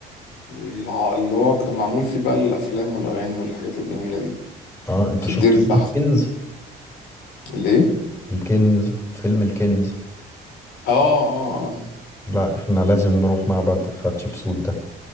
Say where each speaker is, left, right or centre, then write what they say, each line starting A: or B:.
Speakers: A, on the left (about 85°); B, on the left (about 15°).
A: الع- اللي هو كان معمول فيه بقى الافلام والاغاني والحاجات الجميله دي
B: اه انت
A: في
B: شفت
A: الدير البحر
B: فيلم الكنز
A: الايه
B: الكنز فيلم الكنز
A: اه اه اه
B: لا احنا لازم نروح معبد حتشبسوت ده